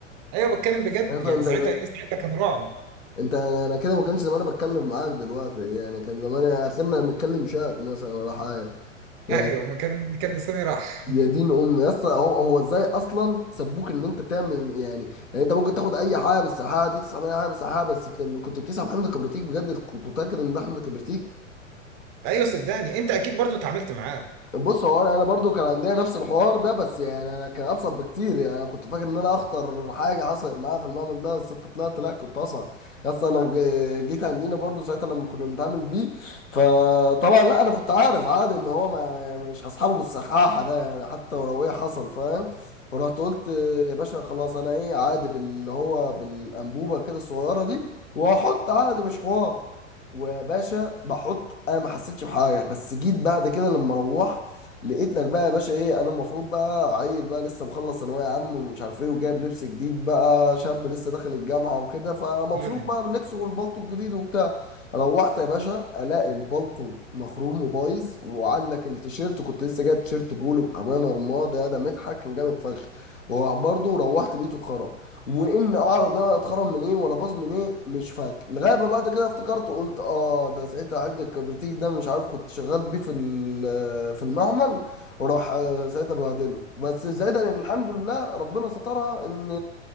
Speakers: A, on the right; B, on the left.
A: ايوه بتكلم بجد
B: يا اسطى
A: يعني
B: انت
A: ساعتها ايه ساعتها كان رعب
B: انت انا كده ما كانش زمان بتكلم معاك دلوقتي يعني كان زمان اخرنا بنتكلم شات مثلا ولا حاجه يعني
A: ايوه ما كان كان لساني راح
B: يا دين ام يا اسطى هو هو ازاي اصلا سبوك ان انت تعمل يعني يعني انت ممكن تاخد اي حاجه بالسحابه دي تسحب اي حاجه بالسحابه بس كان كنت بتسحب حمض كبريتيك بجد كنت متاكد ان ده حمض كبريتيك
A: <laughs> ايوه صدقني انت اكيد برضو اتعاملت معاه
B: بص هو انا أنا برضو كان عندنا نفس الحوار ده بس يعني انا كان ابسط بكتير يعني انا كنت فاكر ان انا اخطر حاجه حصلت معايا في المعمل ده بس انت طلعت لا كنت اصعب اصلا انا ج- جيت عندنا برضو ساعتها لما كنا بنتعامل بيه فطبعا لا انا كنت عارف عادي ان هو ما يعني مش هصحابه بالسحاحه ده يعني حتى ولو ايه حصل فاهم ورحت قلت يا باشا خلاص انا ايه عادي باللي هو بالانبوبه كده الصغيره دي وهحط عادي مش حوار وباشا بحط انا ما حسيتش بحاجه بس جيت بعد كده لما روحت لقيت لك بقى يا باشا ايه انا المفروض بقى عيل بقى لسه مخلص ثانويه عامه ومش عارف ايه وجايب لبس جديد بقى شاب لسه داخل الجامعه وكده فمبسوط
A: مم.
B: بقى باللبس والبلطو الجديد وبتاع روحت يا باشا الاقي البلطو مخروم وبايظ وعندك التيشيرت كنت لسه جايب تيشيرت بولو بامانه رماد يا ده مضحك كان جامد فشخ وبرضه روحت لقيته اتخرم وان اعرف ده انا اتخرم من ايه ولا باظ من ايه مش فاكر لغايه ما بعد كده افتكرت وقلت اه ده ساعتها حد الكبرتيك ده مش عارف كنت شغال بيه في ال- في المعمل وراح آه، ساعتها بهدله بس ساعتها يعني الحمد لله ربنا سترها ان